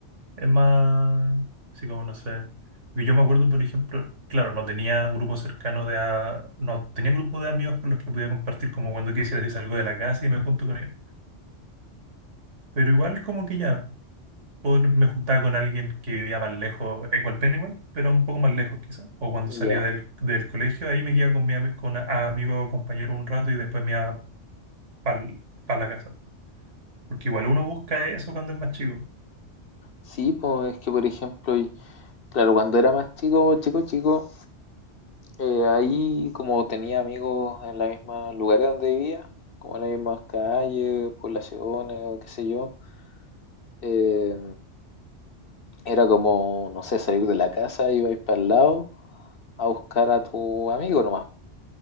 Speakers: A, on the right; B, on the left.
A: Es más, así como no sé. Porque Yo me acuerdo, por ejemplo, claro, no tenía un grupo cercano de... a- No tenía un grupo de amigos con los que podía compartir como cuando quisiera si salgo de la casa y me junto con ellos. Pero igual como que ya pod- me juntaba con alguien que vivía más lejos, en Hualpén igual, pero un poco más lejos quizás. O cuando salía
B: ya.
A: del, del colegio, ahí me quedaba con mi ami- con a, a amigo o compañero un rato y después me iba para la casa. Porque igual uno busca eso cuando es más chico.
B: Sí, pues es que por ejemplo Claro, cuando era más chico, chico, chico, eh, ahí como tenía amigos en los mismos lugares donde vivía, como en las mismas calles, poblaciones o qué sé yo, eh, era como, no sé, salir de la casa, ibais para el lado a buscar a tu amigo nomás,